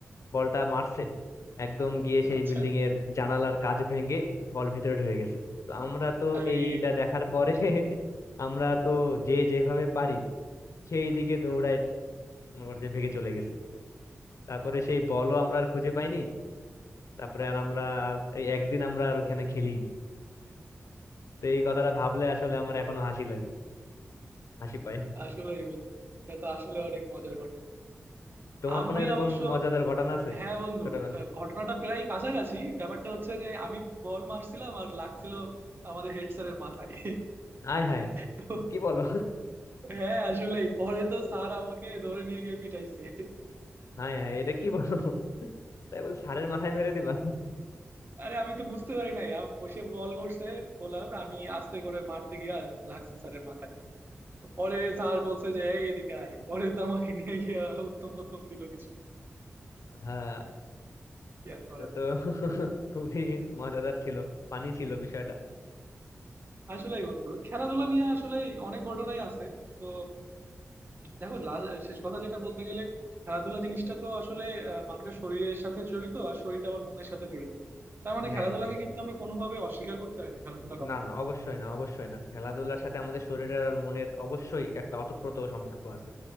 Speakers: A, on the left; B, on the right.
A: বলটা মারছে একদম গিয়ে সেই
B: আচ্ছা
A: বিল্ডিং এর জানালার কাচ ভেঙে বল ভেতরে ঢুকে গেছে তো আমরা তো
B: আরে
A: এইটা দেখার পরে <laughs> আমরা তো যে যেভাবে পারি সেই দিকে দৌড়ায় মনে যে ভেগে চলে গেছি তারপরে সেই বলও আমরা আর খুঁজে পাইনি তারপরে আর আমরা আর এই একদিন আমরা আর ওখানে খেলি তো এই কথাটা ভাবলে আসলে আমার এখনো হাসি লাগে হাসি পায়
B: আসলেই বন্ধু এটা তো আসলে অনেক মজার ঘটনা
A: তোমার
B: আমি
A: কোনো এরকম
B: অবশ্য
A: মজাদার ঘটনা আছে
B: হ্যাঁ বন্ধু
A: ছোটবেলা
B: আহ, ঘটনাটা প্রায় কাছাকাছি ব্যাপারটা হচ্ছে যে আমি বল মারছিলাম আর লাগছিল আমাদের হেড স্যারের মাথায়
A: আয় হায়
B: তো
A: কি বলো
B: হ্যাঁ আসলেই পরে তো স্যার আমাকে ধরে নিয়ে গিয়ে পিটাইছে
A: হায় হায় এটা কি বলো তাই বলে সারের মাথায় মেরে দিবা
B: আরে আমি তো বুঝতে পারি নাই আ- বসে বল করছে বলার আমি আস্তে করে মারতে গিয়া লাগছে স্যারের মাথায় পরে স্যার বলছে যে এই এদিকে আয় পরে তো আমাকে নিয়ে গিয়া উত্তম মধ্যম দিল কিছু
A: হ্যাঁ
B: কি আর করার
A: এটা তো খুবই মজাদার ছিল ফানি ছিল বিষয়টা
B: আসলে বন্ধু খেলাধুলা নিয়ে আসলে অনেক ঘটনাই আছে তো দেখো লা- শেষ কথা যেটা বলতে গেলে খেলাধুলা জিনিসটা তো আসলে আহ, মানুষের শরীরের সাথে জড়িত আর শরীরটা আবার মনের সাথে জড়িত তার মানে
A: হ্যাঁ
B: খেলাধুলাকে
A: হ্যাঁ
B: কিন্তু আমরা কোনোভাবে অস্বীকার করতে পারি না খেলাধুলার অবদান
A: না না অবশ্যই না অবশ্যই না খেলাধুলার সাথে আমাদের শরীরের আর মনের অবশ্যই একটা অতপ্রত সম্পর্ক আছে